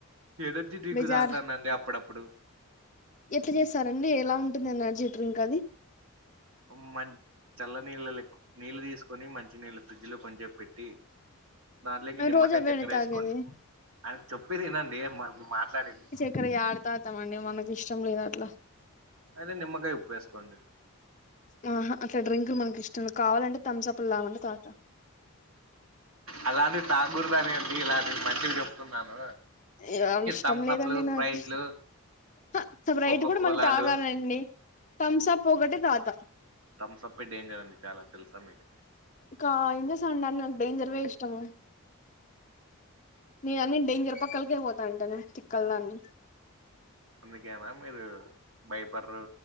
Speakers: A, on the right; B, on the left.
A: ఎనర్జీ డ్రింక్
B: బేజార్
A: తాగుతానండి అప్పుడప్పుడు
B: ఎట్ల చేస్తారండి ఎలా ఉంటుంది ఎనర్జీ డ్రింక్ అది
A: ఒమ్మన్ చల్ల నీళ్ళళ్ళకు నీళ్ళు తీసుకొని మంచి నీళ్ళు ఫ్రిడ్జ్లో కొంచేపు పెట్టి దాంట్లోకి
B: మేము
A: నిమ్మకాయ
B: రోజు అవేనా
A: చెక్కెర
B: తాగేది
A: ఎసుకోండి అయిన చెప్పేదినండి మా మాట్లాడేది
B: ఇక్కడ ఎడతాతమండి మనకి ఇష్టం లేదు అట్లా
A: అయితే నిమ్మకాయ ఉప్పు వేసుకోండి
B: ఆహా అట్ల డ్రింకులు మనకి ఇష్టం కావాలంటే థమ్సప్లు తాగమంటే తాత
A: అలాంటి తాగుదనే అండి ఇలాంటి మంచివి చెప్తున్నాను
B: ఏం ఇష్టం
A: థమ్సప్లు
B: లేదండి నాకి
A: స్ప్రైట్లు
B: హ స్ప్రైట్
A: కోకో
B: కూడా
A: కోలాలు
B: మళ్ళీ తాగానండి థమ్సప్ ఒకటే తాగుతా
A: థమ్స్అపే డేంజర్ అండి చాలా తెలుసా మీకు
B: ఇంక ఏం చేస్తాన్ అండి నాకు డేంజర్వే ఇష్టము నేను అన్ని డేంజర్ పక్కలకే పోతానంటాను తిక్కల దాన్ని
A: అందుకేనా మీరు బయపడ్రు